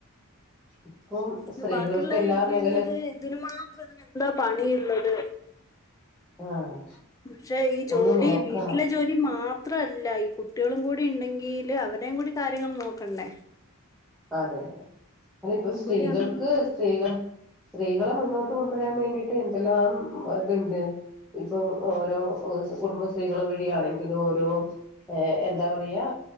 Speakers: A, in the centre; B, on the left (about 15°).
A: ഇപ്പം സ്ത്രീകൾക്ക്
B: ഇത് ബാക്കിയുള്ള
A: എല്ലാ
B: ഇരിക്കുന്നത്
A: മേഖല
B: ഇതിന് മാത്രം ഇത്രതിനെന്താ പണിയ്ള്ളത്
A: ആഹ്
B: പക്ഷെ ഈ ജോലി
A: ഒന്ന് നോക്കണം
B: വീട്ടിലെ ജോലി മാത്രല്ല ഇ കുട്ടികളും കൂടി ഉണ്ടെങ്കില് അവരേയും കൂടി കാര്യങ്ങൾ നോക്കണ്ടേ
A: അതെ അതെ അതിഇപ്പോസ്ത്രീകൾക്ക്
B: അതും കൂടി ആകുമ്പോ
A: സ്ത്രീകൾ സ്ത്രീകളെ മുന്നോട്ട് കൊണ്ടുവരാൻ വേണ്ടിട്ട് എന്തെല്ലാം ഇത്ണ്ട് ഇപ്പൊ ഓരോ കുടുംബശത്രീകൾ വഴിയാണെങ്കിലും ഓരോ എന്താ പറയാ